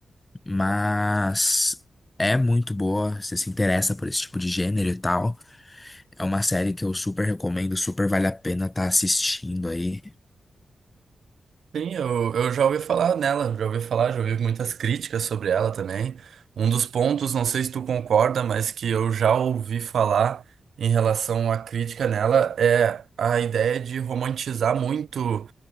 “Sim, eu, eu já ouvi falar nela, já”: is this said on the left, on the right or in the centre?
Right